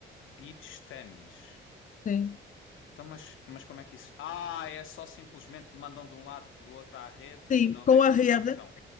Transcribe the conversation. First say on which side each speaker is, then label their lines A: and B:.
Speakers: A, on the left; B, on the left.
A: beach ténis.
B: Sim.
A: Então, mas, mas como é que isso? Ah, é só simplesmente mandam de um lado do outro à rede
B: Sim,
A: e não
B: com
A: deixam
B: a rede.
A: tocar no chão.